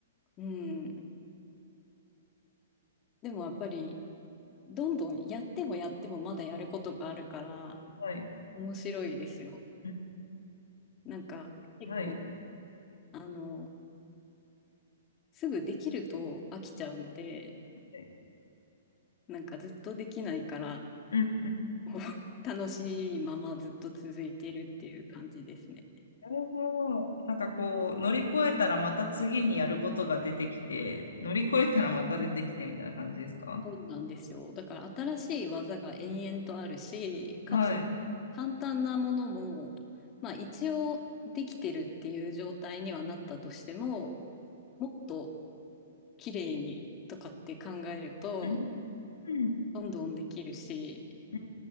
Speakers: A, on the left (about 30°); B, on the left (about 80°).
A: うん。でもやっぱりどんどんやってもやってもまだやることがあるから
B: はい。
A: 面白いですよ。
B: うん
A: なんか結構、
B: はい。
A: あの、すぐできると飽きちゃうので、
B: はい
A: なんかずっとできないから、
B: うんうん
A: <laughs> こう楽しいままずっと続いているっていう感じですね。
B: うーんすごいうんはいはいはいはいはいえでもすごいはいうんはいはいうんうんなるほど。なんかこう、乗り越えたらまた次にやることが出てきて、乗り越えたらまた出てきてみたいな感じですか
A: そうなんですよ。だから新しい技が延々とあるし、かつ
B: はい。
A: 簡単なものも、まあ一応できてるっていう状態にはなったとしても、もっと綺麗にとかって考えると、
B: うん。うん。
A: どんどんできるし、
B: うん